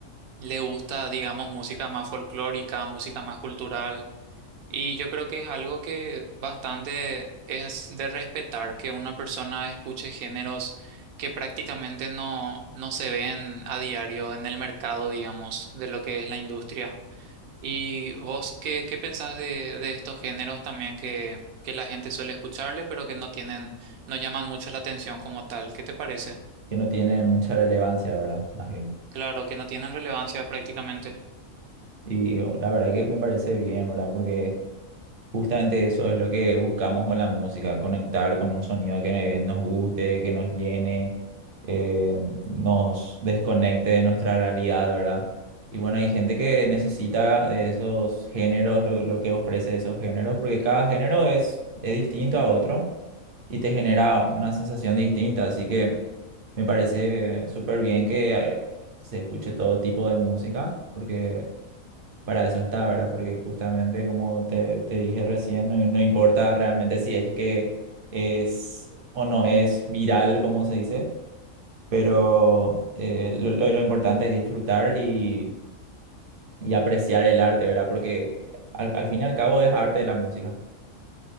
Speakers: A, on the right; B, on the right.
A: le gusta, digamos, música más folclórica, música más cultural, y yo creo que es algo que bastante es de respetar, que una persona escuche géneros que prácticamente no, no se ven a diario en el mercado, digamos, de lo que es la industria. ¿Y vos qué, qué pensás de, de estos géneros también que, que la gente suele escucharle, pero que no tienen, no llaman mucho la atención como tal? ¿Qué te parece?
B: que no tiene mucha relevancia, ¿verdad? Más bien.
A: Claro, que no tienen relevancia prácticamente.
B: Y oh, la verdad que me parece bien, ¿verdad? Porque Justamente eso es lo que buscamos con la música, conectar con un sonido que nos guste, que nos llene, eh, nos desconecte de nuestra realidad, ¿verdad? Y bueno, hay gente que necesita de esos géneros, lo, lo que ofrece esos géneros, porque cada género es, es distinto a otro y te genera una sensación distinta, así que me parece súper bien que eh, se escuche todo tipo de música, porque para eso está, ¿verdad? Porque justamente como te, te dije recién, no, no importa realmente si es que es o no es viral, como se dice, pero eh, lo, lo- lo importante es disfrutar y, y apreciar el arte, ¿verdad? Porque al, al fin y al cabo es arte la música.